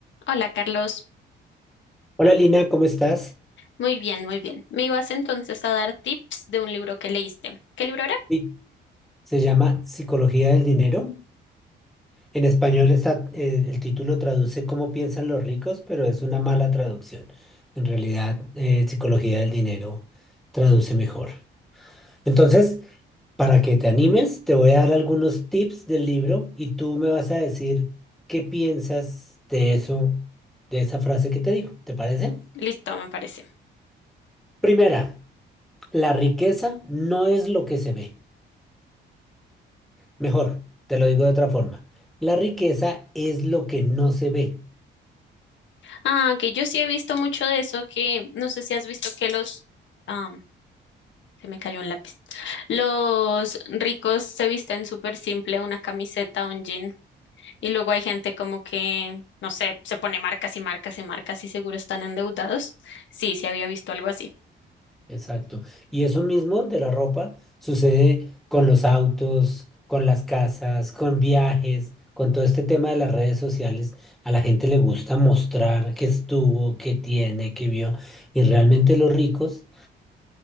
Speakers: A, on the left (about 70°); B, in the centre.
A: Hola Carlos,
B: Hola Lina, ¿cómo estás?
A: muy bien, muy bien. Me ibas entonces a dar tips de un libro que leíste. ¿Qué libro era?
B: Sí, Se llama Psicología del Dinero. En español está, eh, el título traduce cómo piensan los ricos, pero es una mala traducción. En realidad, eh, Psicología del Dinero traduce mejor. Entonces, para que te animes, te voy a dar algunos tips del libro y tú me vas a decir qué piensas de eso, de esa frase que te digo. ¿Te parece?
A: Listo, me parece.
B: Primera, la riqueza no es lo que se ve. Mejor, te lo digo de otra forma. La riqueza es lo que no se ve.
A: Ah, que yo sí he visto mucho de eso, que no sé si has visto que los... Ah, se me cayó un lápiz. Los ricos se visten súper simple, una camiseta, un jean. Y luego hay gente como que, no sé, se pone marcas y marcas y marcas y seguro están endeudados. Sí, sí había visto algo así.
B: Exacto. Y eso mismo de la ropa sucede con los autos, con las casas, con viajes, con todo este tema de las redes sociales. A la gente le gusta mostrar qué estuvo, qué tiene, qué vio. Y realmente los ricos